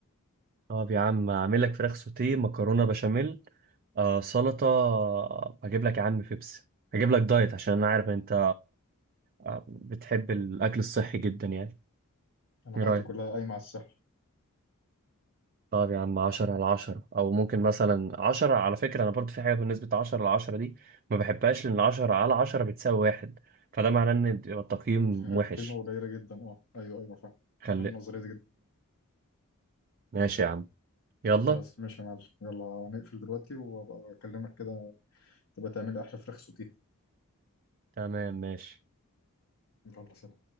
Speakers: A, on the right; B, on the left.
A: طب يا عم اعمل لك فراخ سوتيه مكرونة بشاميل آه سلطة هجيب لك يا عم بيبسي هجيب لك دايت عشان انا عارف انت آه، بتحب الأكل الصحي جدا يعني
B: انا
A: ايه
B: حياتي
A: رأيك؟
B: كلها قايمه على الصحه
A: طب يا عم عشرة على عشرة أو ممكن مثلا عشرة على فكرة أنا برضو في حاجة بالنسبة عشرة على عشرة دي ما بحبهاش لأن عشرة على عشرة بتساوي واحد فده معناه إن يبقى التقييم
B: القيمه
A: وحش
B: قليله جدا اه ايوه ايوه فاهم
A: خلي
B: فاهم النظريه دي جدا
A: ماشي يا عم يلا
B: خلاص ماشي يا معلم يلا نقفل دلوقتي وابقى اكلمك كده تبقى تعملي احلى فراخ سوتيه
A: تمام ماشي
B: يلا سلام